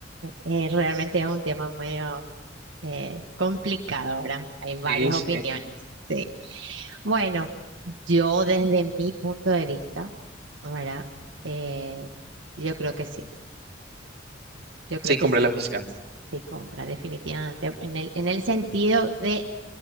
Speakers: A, on the right; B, on the right.
A: eh, realmente es un tema medio eh, complicado, ahora. Hay varias
B: Sí, sí,
A: opiniones, sí. Bueno, yo desde mi punto de vista, ¿verdad? Eh, yo creo que sí, yo creo
B: sí,
A: que
B: compra
A: sí,
B: la felicidad.
A: sí compra, definitivamente, en el, en el sentido de